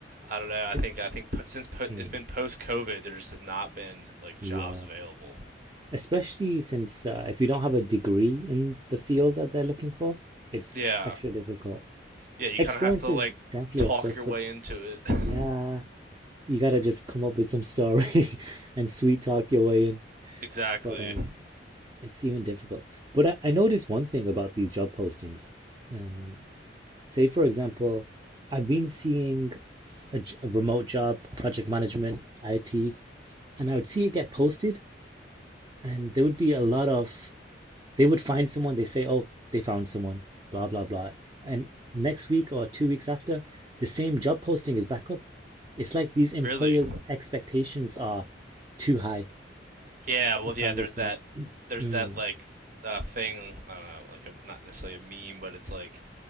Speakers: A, on the right (about 50°); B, on the right (about 20°).
A: I don't know. I
B: it-
A: think I think since po-
B: mm,
A: it's been post COVID, there just has not been like jobs
B: yeah,
A: available.
B: especially since uh, if you don't have a degree in the field that they're looking for, it's
A: Yeah.
B: extra difficult.
A: Yeah. You
B: Experience
A: kind of have to
B: is
A: like
B: definitely
A: talk
B: a plus,
A: your
B: but
A: way into it. <laughs>
B: yeah, you gotta just come up with some story <laughs> and sweet talk your way in.
A: exactly.
B: But um, it's even difficult. But I, I noticed one thing about these job postings. Um, say for example, I've been seeing. A a remote job, project management, IT, and I would see it get posted, and there would be a lot of they would find someone. They say, "Oh, they found someone," blah blah blah, and next week or two weeks after, the same job posting is back up. It's like these employers'
A: Really.
B: expectations are too high,
A: Yeah. Well.
B: if
A: Yeah.
B: that makes
A: There's that.
B: sense.
A: There's
B: Mm,
A: that like uh, thing. I don't know. Like a, not necessarily a meme, but it's like